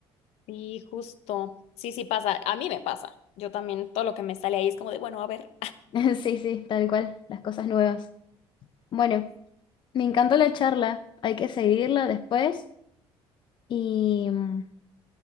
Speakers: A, on the left (about 75°); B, on the left (about 50°).
A: Sí, justo. Sí, sí pasa. A mí me pasa. Yo también, todo lo que me sale ahí es como de, bueno, a ver.
B: <laughs> Sí, sí, tal cual, las cosas nuevas. Bueno, me encantó la charla. Hay que seguirla después y mm,